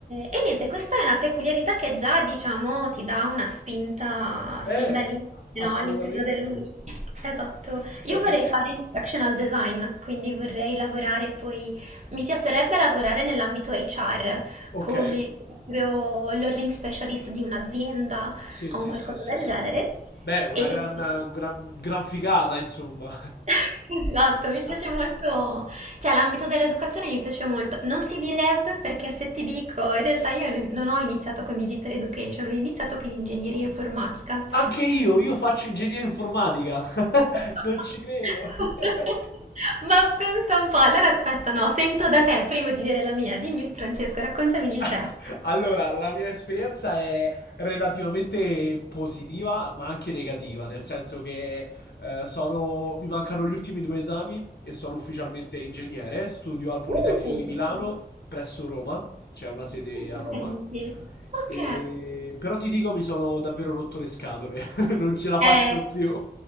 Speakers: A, on the right; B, on the left.
A: e niente, questa è una peculiarità che già, diciamo, ti dà una spinta sin
B: Eh,
A: dall'inizio,
B: assolutamente.
A: no, all'interno dell'Uni. Esatto. Io
B: Certo,
A: vorrei
B: e tu?
A: fare instructional design, quindi vorrei lavorare poi, mi piacerebbe lavorare nell'ambito HR
B: Ok.
A: come proprio learning specialist di un'azienda
B: Sì,
A: o
B: sì,
A: un qualcosa
B: sì, sì,
A: del
B: sì.
A: genere.
B: Beh, una
A: E...
B: gran, gran, gran figata, insomma.
A: <laughs> Esatto, mi piace
B: <laughs>
A: molto, cioè l'ambito dell'educazione mi piace molto. Non si direbbe perché se ti dico, in realtà io non ho iniziato con Digital Education, ho iniziato con ingegneria informatica.
B: Anche io, io faccio ingegneria informatica. <laughs>
A: <laughs>
B: Non ci credo. <laughs>
A: Ma pensa un po', allora aspetta, no, sento da te prima di dire la mia. Dimmi, Francesco, raccontami di
B: <laughs>
A: te.
B: Allora, la mia esperienza è relativamente positiva, ma anche negativa, nel senso che eh, sono, mi mancano gli ultimi due esami e sono ufficialmente ingegnere. Studio al Politecnico
A: Ok.
B: di Milano
A: Uh.
B: presso Roma, c'è una sede
A: Complimenti.
B: a Roma.
A: Ok.
B: E- Però ti dico, mi sono davvero rotto le scatole, <laughs> non ce la faccio
A: Eh,
B: più.